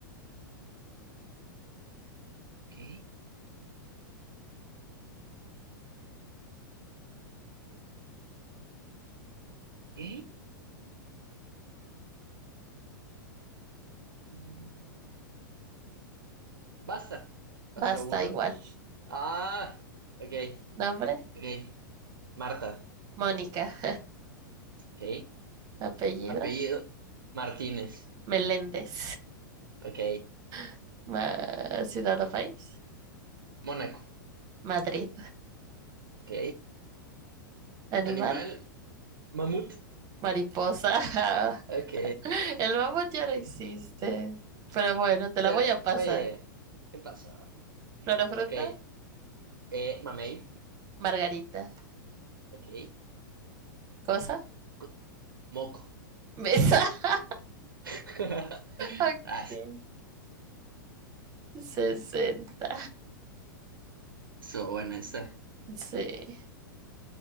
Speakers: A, on the right; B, on the right.
A: Ok. ok. Mm. Basta.
B: Basta
A: Basta uno.
B: igual.
A: Ah, ok,
B: Nombre,
A: ok. Marta,
B: Mónica. <laughs>
A: ok.
B: Apellido,
A: Apellido, Martínez,
B: Meléndez.
A: ok.
B: <laughs> Ma- ciudad o país,
A: Mónaco,
B: Madrid.
A: ok.
B: Animal,
A: Animal, mamut,
B: mariposa. <laughs>
A: ok.
B: El mamut ya no existe. Pero bueno, te la
A: Pero,
B: voy a pasar.
A: oye, ¿qué pasa?
B: Flor o fruta,
A: Ok. Eh, mamey,
B: margarita.
A: ok.
B: Cosa,
A: Co- Moco.
B: mesa. <laughs>
A: <laughs>
B: Ok.
A: Ah,
B: sesenta
A: so buena está
B: Sí.